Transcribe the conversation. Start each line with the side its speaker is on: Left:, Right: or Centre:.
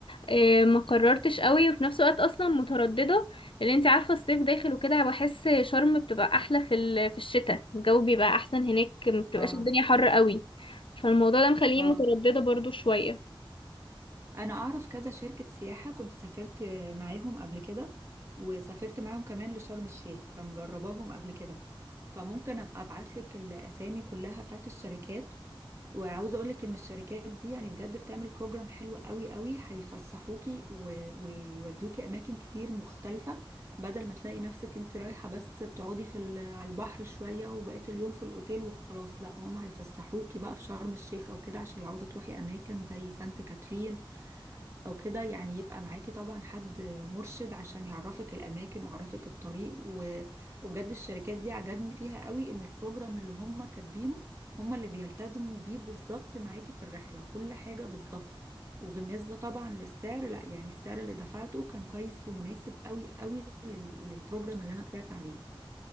Left: إيه، ما قررتش قوي وفي نفس الوقت اصلا مترددة لان انت عارفة الصيف داخل وكده بحس شرم بتبقى احلى في ال... في الشتاء الجو بيبقى احسن هناك ما بتبقاش
Right: اه
Left: الدنيا حر قوي فالموضوع ده مخليني
Right: اه
Left: مترددة برضو شوية
Right: انا اعرف كذا شركة سياحة كنت سافرت معاهم قبل كده وسافرت معاهم كمان لشرم الشيخ فمجرباهم قبل كده فممكن ابقى ابعت لك الاسامي كلها بتاعت الشركات وعاوزه اقول لك ان الشركات دي يعني بجد بتعمل بروجرام حلو قوي قوي هيفسحوكي و- ويودوكي اماكن كتير مختلفة بدل ما تلاقي نفسك انت رايحة بس بتقعدي في ال- على البحر شوية وبقيت اليوم في الاوتيل وخلاص لا هم هيفسحوكي بقى في شرم الشيخ او كده عشان لو عاوزة تروحي اماكن زي سانت كاترين او كده يعني يبقى معاكي طبعا حد مرشد عشان يعرفك الاماكن ويعرفك الطريق و- وبجد الشركات دي عجبني فيها قوي ان البروجرام اللي هم كاتبينه هم اللي بيلتزموا بيه بالظبط معاكي في الرحلة كل حاجة بالظبط وبالنسبة طبعا للسعر لا يعني السعر اللي دفعته كان كويس ومناسب قوي قوي لل- للبروجرام اللي انا طلعت عليه